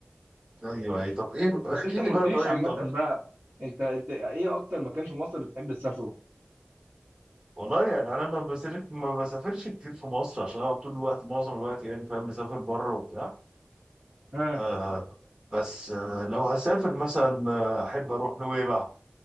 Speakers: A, on the right (about 20°); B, on the right (about 75°).
A: ايوه ايه طب ايه
B: بس
A: احكي
B: انت ما
A: لي
B: قلتليش
A: بقى طيب
B: عامه
A: طب
B: بقى انت انت ايه اكتر مكان في مصر بتحب تسافره
A: والله يعني انا ما بسافر ما بسافرش كتير في مصر عشان اقعد طول الوقت معظم الوقت يعني فاهم بسافر بره وبتاع
B: ها
A: آه بس آه لو هسافر مثلا آه، احب اروح نويبع